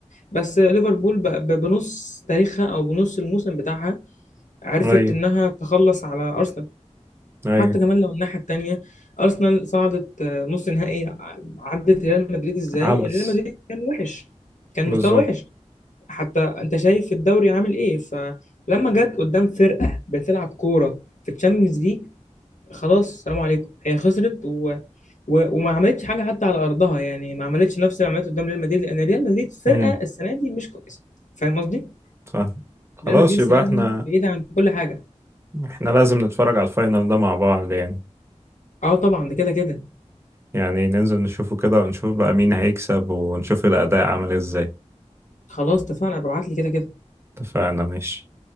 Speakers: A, on the left (about 85°); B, on the right (about 20°).
A: بس ليفربول ب- ب- بنص تاريخها او بنص الموسم بتاعها عرفت
B: ايوه
A: انها تخلص على ارسنال
B: ايوه
A: حتى كمان لو الناحيه التانيه ارسنال صعدت آه، نص نهائي ع- عدت ريال مدريد ازاي
B: عبس
A: ريال مدريد كان وحش كان
B: بالظبط
A: مستوى وحش حتى انت شايف الدوري عامل ايه فلما جت قدام فرقه بتلعب كوره في الشامبيونز ليج خلاص سلام عليكم هي خسرت و... و... وما عملتش حاجه حتى على ارضها يعني ما عملتش نفس اللي عملته قدام ريال مدريد لان ريال مدريد فرقه
B: امم
A: السنه دي مش كويسه فاهم قصدي؟
B: فاهم خلاص
A: ريال مدريد السنه
B: يبقى احنا
A: دي بعيده عن كل حاجه
B: احنا لازم نتفرج على الفاينل ده مع بعض يعني
A: اه طبعا ده كده كده
B: يعني ننزل نشوفه كده ونشوف بقى مين هيكسب ونشوف الاداء عامل ازاي
A: خلاص اتفقنا ببعت لي كده كده
B: اتفقنا ماشي